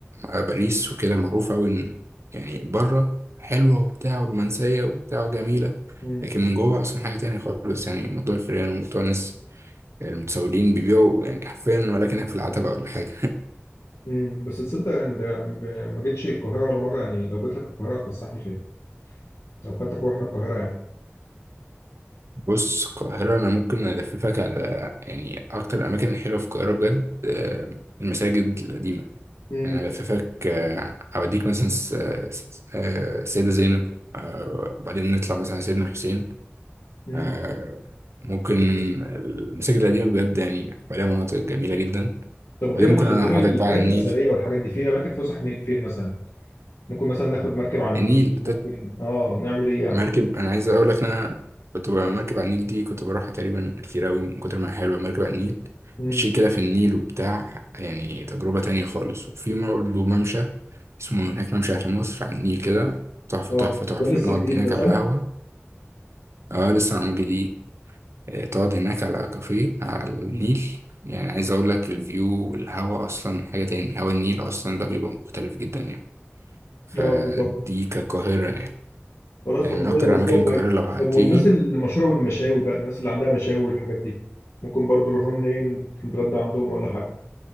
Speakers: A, on the right; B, on the left.
A: آه، باريس وكده معروفه قوي ان يعني بره حلوه وبتاع ورومانسيه وبتاع جميله
B: امم
A: لكن من جوه اصلا حاجه تانية خالص يعني موضوع الفيران وموضوع الناس المتسولين بيبيعوا يعني حرفيا ولكنك في العتبه ولا حاجه
B: امم بس تصدق ان ده ب- ما جيتش القاهرة ولا مرة يعني لو جيت لك القاهرة هتفسحني فين لو خدتك ورحنا القاهرة يعني
A: بص القاهرة أنا ممكن ألففك على يعني أكتر الأماكن الحلوة في القاهرة بجد آه، المساجد القديمة
B: امم
A: يعني ألففك آه، أوديك مثلا س- س- آه، السيدة زينب آه، وبعدين نطلع مثلا على سيدنا الحسين
B: امم
A: آه، ممكن المساجد القديمة بجد يعني عليها مناطق جميلة جدا
B: طب غير
A: وبعدين ممكن
B: ال-
A: أنا
B: غير
A: أقعدك
B: الحاجات
A: بقى على النيل
B: الأثرية والحاجات دي في أماكن فسح مين- فين مثلا ممكن مثلا ناخد مركب على النيل
A: النيل
B: ممكن اه نعمل ايه يعني
A: مركب انا عايز اقول لك ان انا كنت بقى- مركب على النيل دي كنت بروحها تقريبا كتير قوي من كتر ما هي حلوه مركب على النيل
B: امم
A: مشي كده في النيل وبتاع يعني تجربه تانية خالص وفي برضه ممشى اسمه هناك ممشى اهل مصر على النيل كده تحفه
B: اه
A: تحفه تحفه
B: ده لسه
A: نقعد
B: جديد
A: هناك
B: ده صح؟
A: على قهوه اه لسه معمول جديد آه، تقعد هناك على كافيه على النيل يعني عايز اقول لك الفيو الهوا اصلا حاجه تاني هوا النيل اصلا ده بيبقى مختلف جدا يعني فدي
B: اه بيطلع
A: كقاهره يعني
B: خلاص
A: يعني
B: طب
A: من
B: ما كده
A: اكتر
B: الاسبوع
A: اماكن
B: الجاي
A: القاهره لو هتيجي
B: طب والناس اللي مشهوره بالمشاوي بقى الناس اللي عندها مشاوي والحاجات دي ممكن برضو نروح لهم ايه نتغدى عندهم ولا حاجه